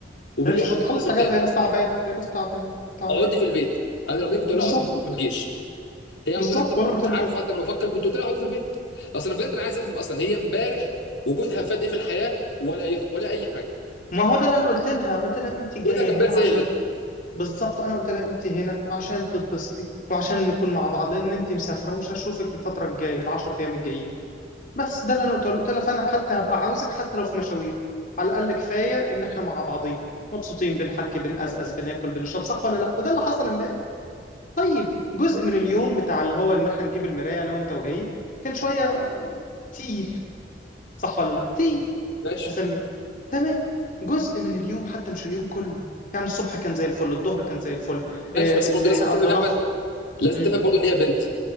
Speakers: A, on the left; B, on the left.
A: وبالليل
B: هي مش عشان
A: ممكن
B: تخلص
A: نتقابل
B: حاجات
A: تاني
B: هي بس تعبان هي بس تعبان تعبان
A: اقعدي في البيت انا لو منك كنت اقول
B: بالظبط
A: لها اقعدي في البيت ما تجيش هي
B: بالظبط
A: هتقول لك طب
B: وانا قلت
A: مش
B: لها
A: عارفه
B: كده
A: طب انا بفكر كنت قلت لها اقعدي في البيت اصل انا بجد انا عايز افهم اصلا هي امبارح وجودها فاد ايه في الحياه ولا أي... ولا اي حاجه
B: ما هو ده اللي انا قلت لها قلت لها انت
A: وجودها
B: جايه
A: كان
B: هنا
A: امبارح زي
B: عشان
A: قلته
B: ت- بالظبط انا قلت لها انت هنا عشان تتبسطي وعشان نكون مع بعض لان انت مسافره ومش هشوفك الفتره الجايه العشر ايام الجايين بس ده اللي انا قلت له قلت لها فانا حتى هبقى عاوزك حتى لو في مشاوير على الاقل كفايه ان احنا مع بعضين مبسوطين بنحكي بنقزقز بناكل بنشرب صح ولا لا وده اللي حصل امبارح طيب جزء من اليوم بتاع اللي هو ان احنا نجيب المرايه انا وانت وهي كان شويه تقيل صح ولا لا تقيل
A: ماشي
B: هسميه تمام جزء من اليوم حتى مش اليوم كله يعني الصبح كان زي الفل الظهر كان زي الفل
A: ماشي
B: آه،
A: بس
B: اللي
A: برضه لازم
B: احنا
A: تفهم
B: قضيناه
A: يا احمد
B: في
A: لازم
B: مم.
A: تفهم برضه ان هي بنت